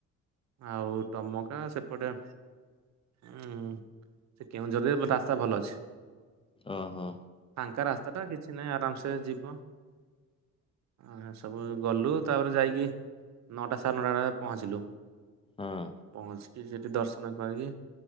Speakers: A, on the right; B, on the left.
A: ଆଉ ଟମକା ସେପଟେ ହୁଁ ସେ କେଉଁଝରରେ ରାସ୍ତା ଭଲ ଅଛି।
B: ଓ ହୋ।
A: ଫାଙ୍କା ରାସ୍ତାଟା କିଛି ନାହିଁ ଆରାମସେ ଯିବ। ଆ ସବୁ ଗଲୁ ତାପରେ ଯାଇକି ନଅଟା ସାଢ଼େ ନଅଟା ବେ ପହଞ୍ଚିଲୁ
B: ହଁ
A: ପହଞ୍ଚି ସେଠି ଦର୍ଶନ କରିକି